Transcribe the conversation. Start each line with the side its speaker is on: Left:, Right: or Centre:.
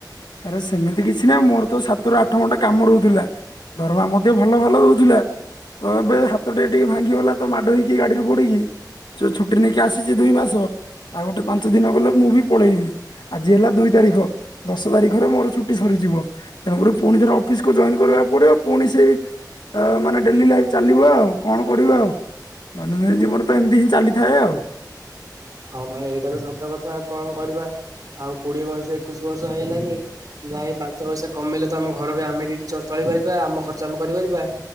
Left: ଆରେ ସେମିତି କିଛି ନା ମୋର ତ ସାତରୁ ଆଠ ଘଣ୍ଟା କାମ ରହୁଥିଲା। ଦରମା ମଧ୍ୟ ଭଲ ଭଲ ଦୋଉଥିଲା। ତ ଏବେ ହାତ ଟେ ଟିକେ ଭାଙ୍ଗି ଗଲା ତ ମାଡ ହେଇକି ଗାଡିରୁ ପଡିକି ଛୁଟି ନେଇକି ଆସିଛି ଦୁଇ ମାସ। ଆଉ ଗୋଟେ ପାଞ୍ଚ ଦିନ ଗଲେ ମୁଁ ବି ପଳେଇବି ଆଜି ହେଲା ଦୁଇ ତାରିଖ। ଦଶ ତାରିଖରେ ମୋର ଛୁଟି ସରିଯିବ ତେଣୁକରି ପୁଣି ଥରେ ଅଫିସକୁ ଜଏନ କରିବାକୁ ପଡିବ ପୁଣି ସେଇ ଆ ମାନେ ଡେଲି ଲାଇଫ ଚାଲିବ ଆଉ କଣ କରିବା ଆଉ? ଦୈନନ୍ଦିନ ଜୀବନ ତ ଏମିତି ହିଁ ଚାଲିଥାଏ ଆଉ।
Right: ହଁ ଭାଇ ଏଇଟା ତ ସତ କଥା କଣ କରିବା ଆଉ କୋଡିଏ ବର୍ଷ ଏକୋଇଶି ବର୍ଷ ହେଇଲାନି ଯାଇ ପାଞ୍ଚ ପଇସା କମେଇଲେ ତ ଆମ ଘର ବି ଆମେ ଟ ଚଳିପାରିବା ଆମ ଖର୍ଚ୍ଚ ଆମେ କରିପାରିବା।